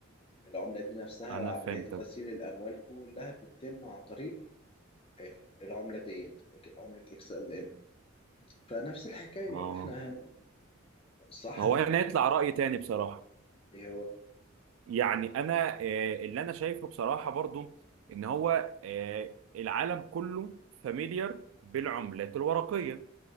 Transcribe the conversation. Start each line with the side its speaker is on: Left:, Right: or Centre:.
Left: العمله دي نفسها
Right: انا
Left: عمليات
Right: فهمتك
Left: غسيل الاموال كلها بتتم عن طريق آه، العملة ديت عملة اكس ال ام فنفس الحكاية
Right: اه
Left: احنا صح
Right: هو هنا يطلع رأي تاني بصراحه
Left: ايه هو
Right: يعني انا آه، اللي انا شايفه بصراحه برضو ان هو آه، العالم كله فاميليار بالعملات الورقيه